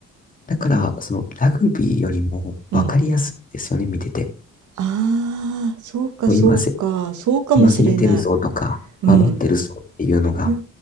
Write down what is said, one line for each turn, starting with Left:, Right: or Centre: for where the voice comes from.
Left: だから、その、ラグビーよりも分かりやすいんですよね、
Right: うん。
Left: 見てて。
Right: ああ、そうかそうか。
Left: もう今せ、
Right: そうかもしれない。
Left: 今攻めてるぞとか、
Right: うん
Left: 守ってるぞっていうのが、
Right: いや、